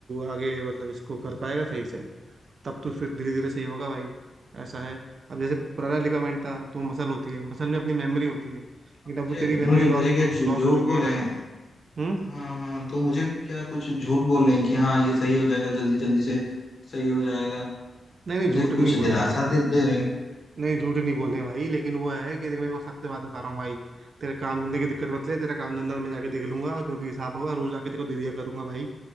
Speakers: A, on the right (about 60°); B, on the left (about 45°).
A: आगे मतलब इसको कर पाएगा सही से तब तू फिर धीरे धीरे सही होगा भाई ऐसा है अब जैसे पुराना लिगामेंट था तो मसल होती है मसल में अपनी मेमोरी होती है लेकिन
B: मुझे
A: अब वो तेरी मेमोरी
B: मुझे
A: लॉस
B: मुझे
A: हो
B: क्या
A: चु
B: झू-
A: लॉस
B: झूठ
A: हो चुकी
B: बोले
A: है ना
B: हैं
A: हम्म?
B: हाँ हाँ तो मुझे क्या कुछ झूठ बोल रहे हैं कि हाँ ये सही हो जाएगा जल्दी जल्दी से सही हो जाएगा
A: नहीं नहीं
B: मुझे
A: झूठ नहीं
B: कुछ
A: बोले
B: दिलासा
A: हैं
B: दे, दे रहे हैं
A: नहीं झूठ नहीं
B: तो
A: बोले हैं भाई लेकिन वो है कि देख मैं तेरे को सत्य बात बता रहा हूँ भाई तेरे काम धंधे की दिक्कत मत ले तेरा काम धंधा मैं जाके देख लूंगा और जो भी हिसाब होगा रोज आके तेरे को दे दिया करूंगा भाई